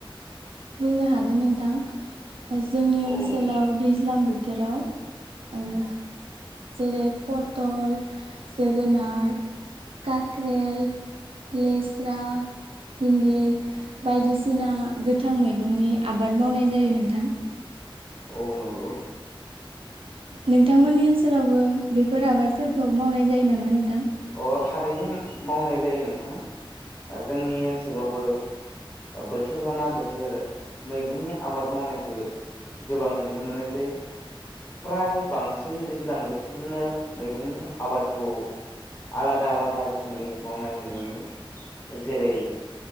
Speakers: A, on the right; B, on the left.
A: बुंनो हागोन नोंथां जोंनि ओनसोलाव
B: औ दे
A: दैज्लां बो थोराव ओ जेरै पथल जोगोनार काक्रेल लेस्रा भिन्दि बायदिसिना गोथां मैगंनि आबाद मावनाय जायो नोंथां
B: औ नंगौ
A: नोंथांमोननि ओनसोलावबो बेफोर आबादफोरखौ मावनाय जायो नामा नोंथां
B: अ थारैनो मावनाय जायो नोंथां जोंनि ओनसोलावबो बोथोर लाना बोथोर मैगंनि आबाद मावनायखौ गोबां नुनो मोननाय जायो फ्राय बांसिन दैज्लां बोथोरजोंनो मैगंनि आबादखौ आलादा आलादा रोखोमै मावनाय नुनो मोनो जेरै